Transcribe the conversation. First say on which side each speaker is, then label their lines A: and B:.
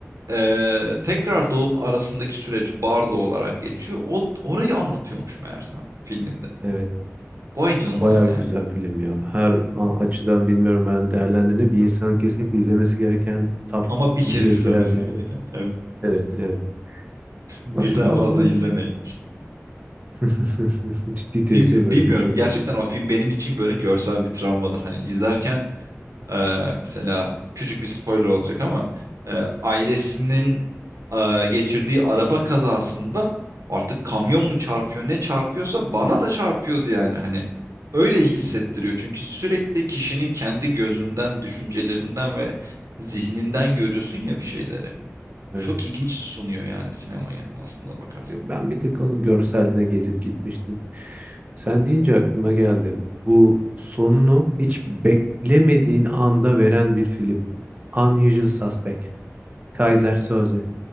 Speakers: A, on the right; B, on the right.
A: Ee, tekrar doğum arasındaki süreç bardo olarak geçiyor. O orayı anlatıyormuş meğersem filminde.
B: Evet.
A: Vay canına
B: Bayağı
A: yani.
B: güzel film ya. Her a- açıdan bilmiyorum ben değerlendiğini. bir insanın kesinlikle izlemesi gereken top
A: Ama bir kez
B: yüze
A: izlemesi
B: girer yani.
A: gereken. Evet.
B: Evet evet. Başka
A: Birden fazla
B: aklıma
A: izlemeyin.
B: bir- <laughs> ciddi tesir
A: Film bilmiyorum.
B: bırakıyor çünkü.
A: Gerçekten o film benim için böyle görsel bir travmadır. Hani izlerken Ee, mesela küçük bir spoiler olacak ama e, ailesinin e, geçirdiği araba kazasında artık kamyon mu çarpıyor ne çarpıyorsa bana da çarpıyordu yani hani öyle hissettiriyor çünkü sürekli kişinin kendi gözünden düşüncelerinden ve zihninden görüyorsun ya bir şeyleri
B: Evet.
A: bu çok ilginç sunuyor yani sinemaya aslında bakarsan
B: Ben bir tık onun görseline gezip gitmiştim. Sen deyince aklıma geldi. Bu sonunu hiç beklemediğin anda veren bir film. Unusual Suspect. Kaiser Söze.